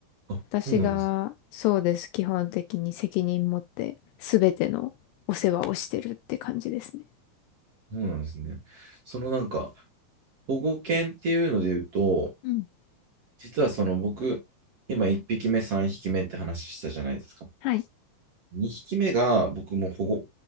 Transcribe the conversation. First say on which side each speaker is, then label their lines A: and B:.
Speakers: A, on the right (about 50°); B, on the left (about 80°).
A: あ、
B: 私がそうです、
A: そうなんです。
B: 基本的に責任持って全てのお世話をしてるって感じですね。
A: そうなんですね。そのなんか、保護犬っていうので言うと、
B: うん。
A: 実はその僕、今1匹目、3匹目って話したじゃないですか。
B: はい。
A: 2匹目が僕も保護